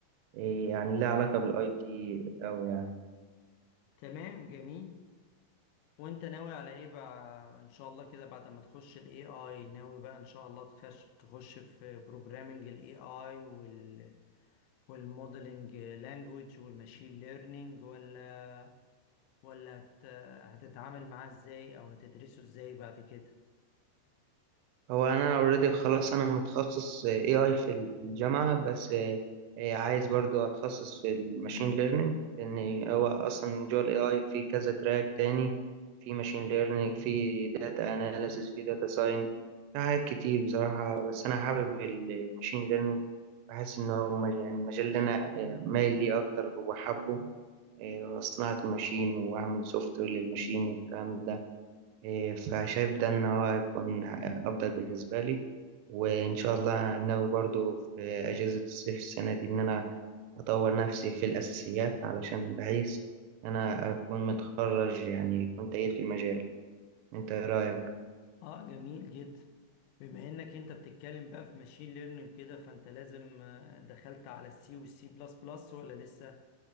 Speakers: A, on the right; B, on the left.
A: إيه يعني لها علاقة بالأي تي أوي يعني.
B: تمام جميل وانت ناوي على ايه بقى ان شاء الله كده بعد ما تخش الاي اي ناوي بقى ان شاء الله تخش تخش في بروجرامنج الاي اي وال والموديلنج لانجويج والماشين ليرنينج ولا ولا هت... هتتعامل معاه ازاي او هتدرسه ازاي بعد كده
A: هو انا اوريدي خلاص انا متخصص اي اي في الجامعه بس آه، آه، عايز برضو اتخصص في الماشين ليرنينج لان هو اصلا جوه الاي اي في كذا تراك تاني في ماشين ليرنينج في داتا اناليسيس في داتا ساين في حاجات كتير بصراحه بس انا حابب الماشين ليرنينج بحس ان هو مج- يعني المجال اللي انا آه، مايل ليه اكتر وحابه آه، صناعه الماشين واعمل سوفت وير للماشين والكلام ده إيه، فشايف ده إن هو هيكون أفضل بالنسبة لي وإن شاء الله ناوي برضو في أجازة الصيف السنة دي إن أنا أطور نفسي في الأساسيات علشان بحيث أنا أكون متخرج يعني كنت تقيل في المجال أنت إيه رأيك؟
B: اه جميل جدا بما انك انت بتتكلم بقى في ماشين ليرنينج كده فانت لازم آه، دخلت على السي والسي بلس بلس ولا لسه